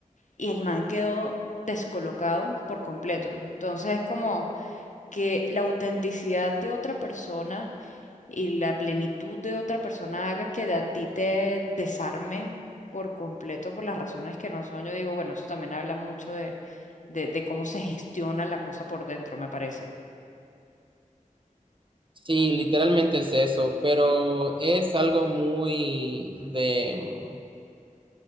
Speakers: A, on the left; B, on the right.
A: y el man quedó descolocado por completo. Entonces es como que la autenticidad de otra persona y la plenitud de otra persona haga que a ti te desarme por completo por las razones que no son. Yo digo, bueno, eso también habla mucho de, de, de cómo se gestiona la cosa por dentro, me parece.
B: Sí, literalmente es eso, pero es algo muy de... mm,